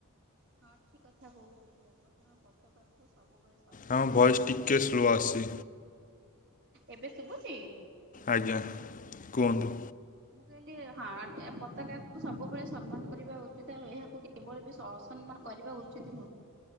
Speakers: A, on the right (about 60°); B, on the left (about 35°).
A: ହଁ ଠିକ କଥା କହୁଛନ୍ତି ଆପଣଙ୍କ ପତାକାକୁ ସବୁବେ
B: ହଁ ଭଏସ୍ ଟିକିଏ ସ୍ଲୋ ଆସୁଛି।
A: ଏବେ ଶୁଭୁଛି?
B: ଆଜ୍ଞା କୁହନ୍ତୁ?
A: ମୁଁ କହିଲି ହଁ ଏ ପତାକାକୁ ସବୁବେଳେ ସମ୍ମାନ କରିବା ଉଚିତ ଆଉ ଏହାକୁ କେ କେବଳ ବି ଅସସମ୍ମାନ କରିବା ଉଚିତ ନୁହେଁ।